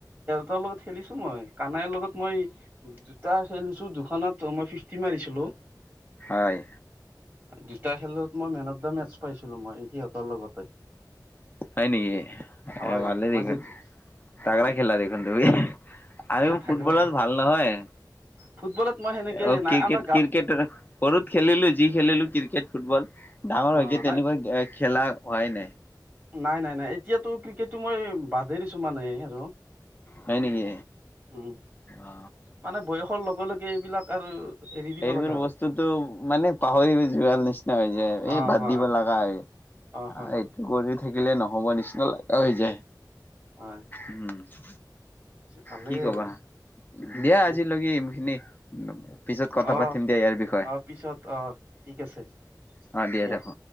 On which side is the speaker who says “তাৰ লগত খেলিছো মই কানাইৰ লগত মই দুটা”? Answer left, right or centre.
Right